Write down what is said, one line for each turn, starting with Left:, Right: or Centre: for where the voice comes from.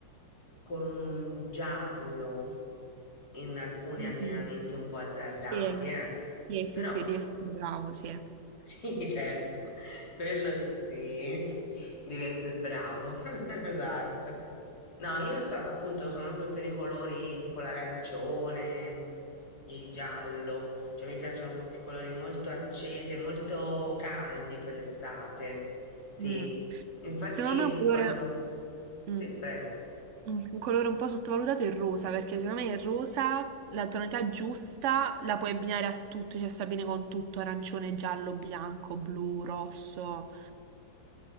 Left: con un giallo in alcuni
Right: Mm.
Left: abbinamenti un po' azzardati,
Right: Sì.
Left: eh.
Right: Sì,
Left: Però
Right: sì, sì, devi essere bravo, sì. Eh.
Left: sì, certo, <laughs> quello sì, devi essere bravo, <laughs> esatto. No, io so- appunto sono più per i colori tipo l'arancione, il giallo, cioè mi piacciono questi colori molto accesi e molto caldi per l'estate. Sì,
Right: Mm.
Left: infatti
Right: Secondo me un colore,
Left: quando... Sì,
Right: mm,
Left: prego,
Right: un un colore un po' sottovalutato è il rosa, perché secondo me il rosa, la tonalità giusta, la puoi abbinare a tutto, cioè sta bene con tutto, arancione, giallo, bianco, blu, rosso.